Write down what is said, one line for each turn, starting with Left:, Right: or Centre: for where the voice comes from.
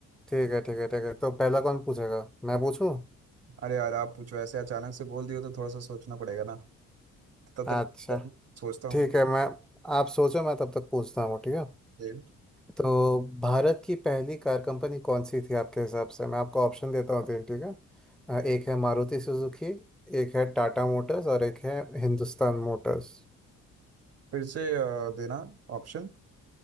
Centre: ठीक है ठीक है ठीक है तो पहला कौन पूछेगा मैं पूछूं
Right: अरे यार आप पूछो ऐसे अचानक से बोल दियो तो थोड़ा सा सोचना पड़ेगा ना तब
Centre: अच्छा
Right: तक तो सोचता हूँ
Centre: ठीक है मैं आप सोचो मैं तब तक पूछता हूँ ठीक है
Right: फिर
Centre: तो भारत की पहली कार कंपनी कौन सी थी आपके हिसाब से मैं आपको ऑप्शन देता हूँ तीन ठीक है अ, एक है मारुति सुजुकी एक है टाटा मोटर्स और एक है हिंदुस्तान मोटर्स
Right: फिर से अ, देना ऑप्शन